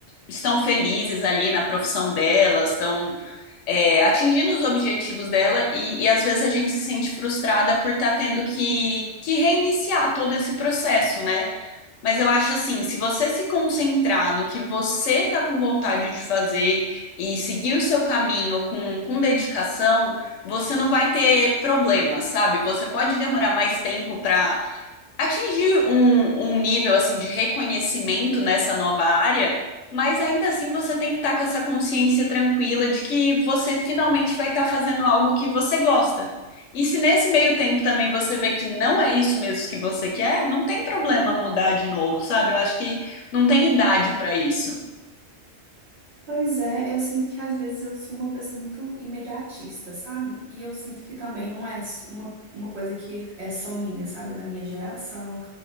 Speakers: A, on the left; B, on the right.
A: estão felizes ali na profissão delas, estão é, atingindo os objetivos dela e, e às vezes a gente se sente frustrada por estar tá tendo que, que reiniciar todo esse processo, né? Mas eu acho assim, se você se concentrar no que você tá com vontade de fazer e seguir o seu caminho com, com dedicação, você não vai ter problemas, sabe? Você pode demorar mais tempo pra atingir um, um nível assim de reconhecimento nessa nova área, mas ainda assim você tem que estar com essa consciência tranquila de que você finalmente vai estar fazendo algo que você gosta. E se nesse meio tempo também você vê que não é isso mesmo que você quer, não tem problema mudar de novo, sabe? Eu acho que não tem idade para isso.
B: Pois é, eu sinto que às vezes eu sou uma pessoa muito imediatista, sabe? E eu sinto que também não é s- uma, uma coisa que é só minha, sabe? É Da minha geração.